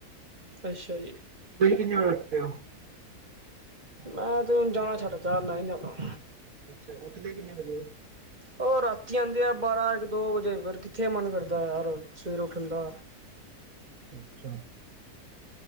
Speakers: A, on the right (about 30°); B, on the right (about 65°).
A: ਅੱਛਾ ਜੀ।
B: ਤੁਸੀਂ <unintelligible>
A: ਮੈਂ ਤੇ ਹੁਣ ਜਾਣਾ ਛੱਡਤਾ ਨਈ ਜਾਂਦਾ
B: <unintelligible> ਉੱਠਦੇ ਕਿੰਨੇ ਵਜੇ ਓ
A: ਓ ਰਾਤੀ ਆਉਂਦੇ ਆ ਬਾਰਾਂ ਇੱਕ ਦੋ ਵਜੇ ਫੇਰ ਕਿੱਥੇ ਮਨ ਕਰਦਾ ਯਾਰ ਸਵੇਰੇ ਉੱਠਣ ਦਾ।
B: ਅੱਛਾ।